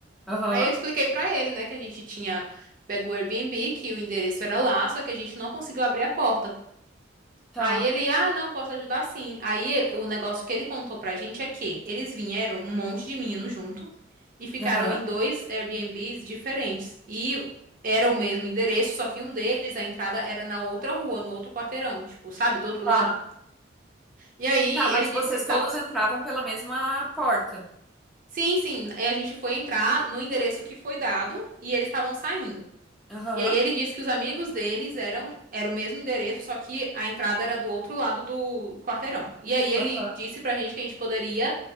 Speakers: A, in the centre; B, on the right (about 45°).
A: Aham.
B: Aí eu expliquei pra ele, né, que a gente tinha pego o Airbnb, que o endereço era lá, só que a gente não conseguiu abrir a porta.
A: Tá.
B: Aí ele, ah, não, posso ajudar sim. Aí eh, o negócio que ele contou pra gente é que eles vieram um monte de meninos junto e ficaram
A: Aham.
B: em dois Airbnbs diferentes. E era o mesmo endereço, só que um deles, a entrada era na outra rua, no outro quarteirão, tipo, sabe, do outro
A: Tá.
B: lado. E aí
A: Tá, mas
B: ele disse,
A: vocês todos
B: tal.
A: entravam pela mesma porta.
B: Sim, sim. Aí a gente foi entrar no endereço que foi dado e eles estavam saindo.
A: Aham.
B: E aí ele disse que os amigos deles eram era o mesmo endereço, só que a entrada era do outro lado do quarteirão. E aí ele
A: Aham.
B: disse pra gente que a gente poderia